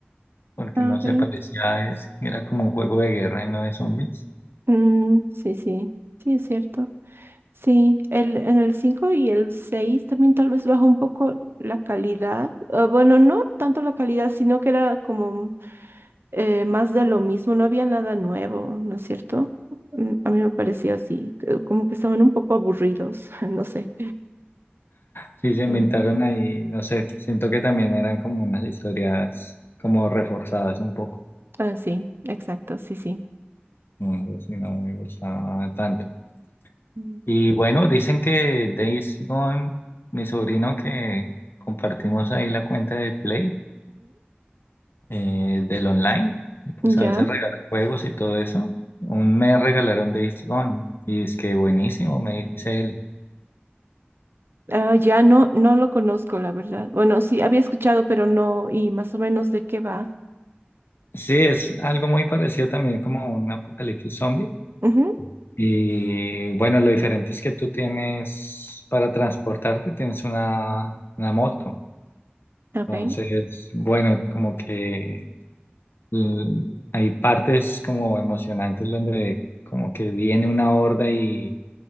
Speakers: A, on the left; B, on the right.
A: porque
B: ah,
A: no
B: ok.
A: se parecía, es, era como un juego de guerra y no de zombies.
B: Mm, sí, sí, sí, es cierto. Sí, el, en el 5 y el 6 también tal vez bajó un poco la calidad. Ah, bueno, no tanto la calidad, sino que era como eh, más de lo mismo, no había nada nuevo, ¿no es cierto? Mm, A mí me pareció así, que- como que estaban un poco aburridos, <laughs> no sé.
A: Sí, se inventaron
B: Mm,
A: ahí, no sé, siento que también eran como unas historias como reforzadas un poco.
B: ah, sí, exacto, sí, sí.
A: No sé si no me gustaba tanto.
B: Mm.
A: Y bueno, dicen que Days Gone, mi sobrino que compartimos ahí la cuenta de Play, eh, del online, y pues
B: Ujú, ya.
A: a veces regala juegos y todo eso. Un mes regalaron Days Gone y es que buenísimo, me dice él.
B: Ah, ya no, no lo conozco, la verdad. Bueno, sí, había escuchado, pero no, y más o menos de qué va.
A: Sí, es algo muy parecido también como un apocalipsis zombie
B: Ujú,
A: Y bueno, lo diferente es que tú tienes, para transportarte, tienes una, una moto.
B: ok
A: Entonces, bueno, como que l- hay partes como emocionantes donde como que viene una horda y,